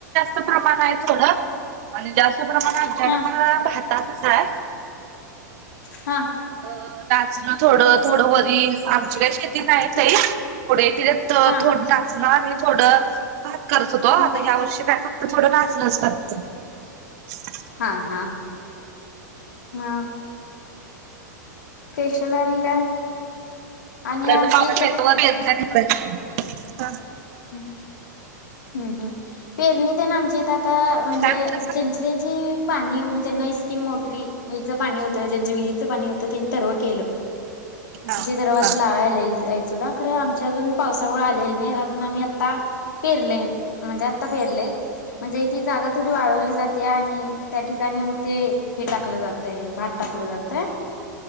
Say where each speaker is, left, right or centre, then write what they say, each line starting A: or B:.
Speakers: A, on the right; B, on the left.
A: <unintelligible>
B: हा हा
A: अ नाचणं थोडं थोडं वरी आमची काय शेती नाही <unintelligible> थोडे त्याच्यात अ
B: हा
A: थोड नाचणं आणि थोडं भात करत होतो
B: ह
A: आता ह्या वर्षी काय फक फक्त थोडं नाचणच <unintelligible>
B: हा हा ह फेशल आणि काय.
A: <unintelligible>
B: आणि आमच्या हम् हम्म हम् पेरणी त ना आमच्या इथ आता म्हणजे
A: म्हटलासा?
B: ज्यांची ज्यांची पाणी ज्यांना इस्कीम मोटरी जाच पाणी होतं ज्यांच्या विहिरीच पाणी होतं त्यांनी
A: हा
B: <unintelligible>
A: हा
B: <unintelligible> आमचे अजून पावसामुळे आलेले नाही म्हणून आम्ही आता पेरले म्हणजे आता पेरले. म्हणजे ती जागा थोडी वाळवली जाते आणि त्या ठिकाणी मग ते हे टाकलं जातय भात टाक कलं जातय